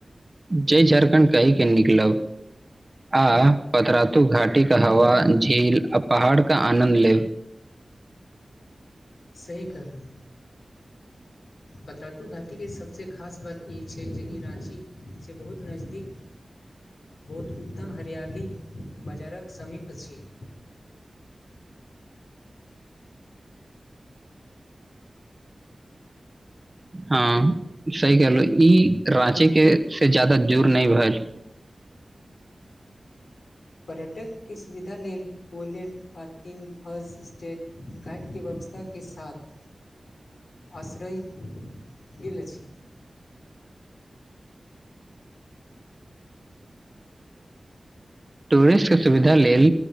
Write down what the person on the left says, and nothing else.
सही कहलहुं, पतरातू घाटीके सब से खास बात ई छै जे ई राँचीसे बहुत नजदीक बहुत उत्तम हरियाली बजारक समीप अछि।
पर्यटकके सुविधा लेल टॉयलेट, पार्किंग, हाउस स्टे गाईडके व्यवस्था के साथ आश्रयी गेल अछी।